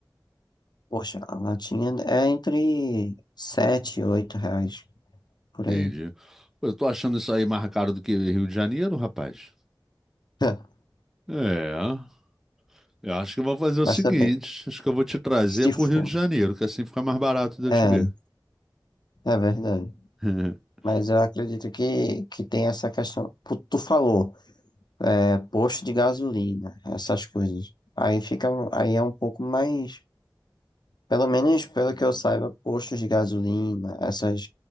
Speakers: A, on the left; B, in the centre.
A: poxa, a latinha é entre 7, e 8 reais por
B: Entendi.
A: aí.
B: Pô, eu tô achando isso aí mais caro do que Rio de Janeiro, rapaz.
A: <laughs>
B: É, eu acho que eu vou fazer o
A: Mas
B: seguinte,
A: também,
B: acho que eu vou te trazer
A: se
B: pro
A: for.
B: Rio de Janeiro, que assim fica mais barato de eu
A: É,
B: te ver.
A: é verdade.
B: <laughs>
A: Mas eu acredito que, que tem essa questão. Tu tu falou, é posto de gasolina, essas coisas. Aí fica, aí é um pouco mais, pelo menos pelo que eu saiba, postos de gasolina, essas